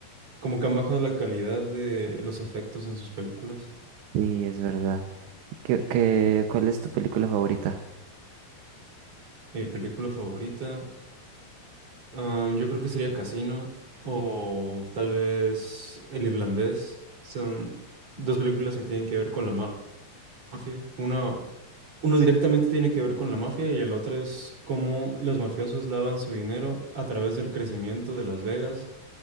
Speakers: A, on the right (about 40°); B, on the right (about 85°).
A: como que han bajado la calidad de los efectos en sus películas.
B: Sí, es verdad. ¿Y qué, qué- cuál es tu película favorita?
A: Mi película favorita. Am, yo creo que sería Casino o tal vez El Irlandés. Son dos películas que tienen que ver con la ma- mafia. Uno, uno directamente tiene que ver con la mafia y el otro es cómo los mafiosos lavan su dinero a través del crecimiento de Las Vegas